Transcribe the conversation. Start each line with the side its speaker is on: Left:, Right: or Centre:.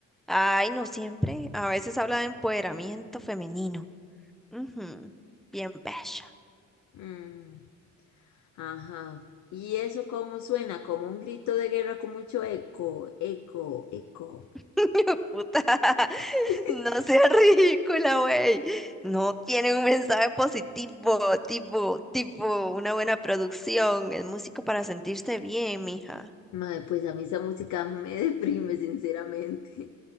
Centre: Ay, no siempre. A veces habla de empoderamiento femenino. Ujú, Bien bella.
Left: Mm, ajá. ¿Y eso cómo suena? Como un grito de guerra con mucho eco, eco, eco.
Centre: <laughs> Puta. <laughs>
Left: <laughs>
Centre: No sea ridícula, güey. No tiene un mensaje positivo, tipo, tipo, una buena producción. Es música para sentirse bien, mija.
Left: Mae, pues a mí esa música me deprime, sinceramente.